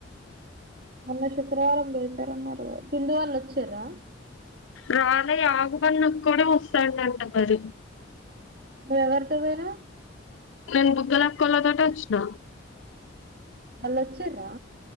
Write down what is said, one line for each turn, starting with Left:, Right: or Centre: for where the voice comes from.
Right: మొన్న శుక్రవారం పెడతారన్నారగా సింధు వాళ్ళు వచ్చారా
Left: రాలే ఆకు పన్నుకు కూడ వస్తాడంట మరి
Right: నువ్ ఎవరితో పోయినావ్
Left: నేను బుగ్గలక్కోల్ల తోటి ఒచ్చిన
Right: వళ్ళు వచ్చిర్రా